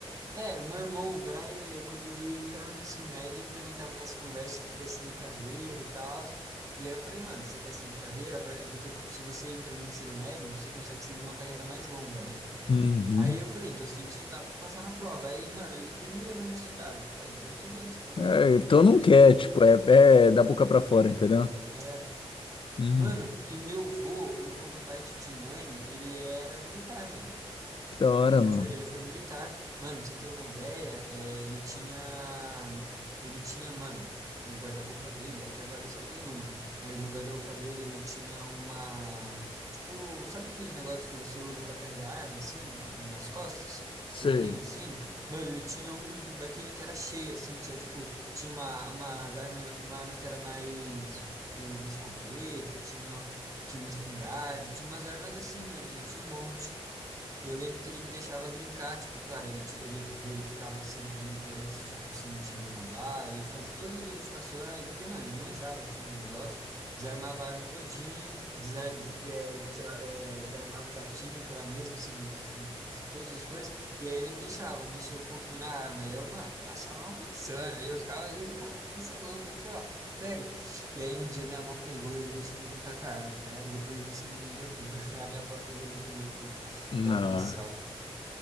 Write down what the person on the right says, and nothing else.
É, o meu irmão, o Brian, quando ele entrava no ensino médio, ele também tava com essa conversa que queria seguir carreira e tal. E aí eu falei, mano, você quer seguir carreira? Por- É porque se você entra no ensino médio, você consegue seguir uma carreira mais longa, né?
Aí eu falei, então você tem que estudar pra passar na prova. Aí, mano, ele queria, mas não estudava. Eu falei, então nem adianta você fazer
a prova, moço.
Não precisa-
É,
Mano, e meu vô, meu vô por parte de mãe, ele era militar, mano.
Ele já
foi, ele foi militar. Mano, pra você ter uma ideia, é, ele tinha, ele tinha, mano, no guarda-roupa dele, é que agora ele só tem uma, mas no guarda-roupa dele ele tinha uma, tipo, sabe aqueles negócios que você usa pra carregar arma, assim, na- nas costas?
Que Você prende, assim? Mano, ele tinha um, um daquele que era cheio, assim, tinha, tipo, tinha uma, uma arma, uma arma que era mais, tipo, uma escopeta, tinha, tinha uma espingarda, tinha umas armas assim, mano, ele tinha um monte. E eu lembro que ele me deixava brincar, tipo, claro, ele, ti- ele verificava sempre muito antes, tipo, se não tinha nenhuma bala, ele fazia todas as verificações, porque, mano, ele manjava, assim, do negócio, desarmava a arma todinha, desa- des- é, tira- é, desarmava o gatilho para mesmo se, se, se todas as coisas, e aí ele me deixava mexer um pouquinho na arma, e eu, mano, eu achava um insano, eu ficava ali, cara, você é louco aqui, ó, pega. E aí um dia minha avó pegou ele deixando eu brincar com a arma, né? Depois disso ele vendeu tudo, <laughs> a minha avó fez ele vender tudo
para um policial,